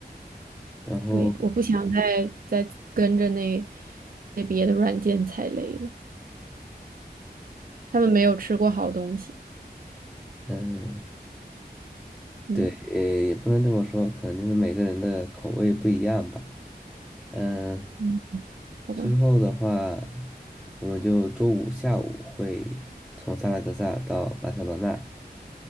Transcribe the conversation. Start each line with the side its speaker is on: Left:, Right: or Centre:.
Centre: 然后
Right: 对，我不想再再跟着那些别的软件踩雷了。他们没有吃过好东西。
Centre: 嗯，
Right: 嗯
Centre: 对，呃，也不能这么说，可能就是每个人的口味不一样吧，嗯，
Right: 嗯，好吧。
Centre: 之后的话，我们就周五下午会从萨拉戈萨到巴塞罗那，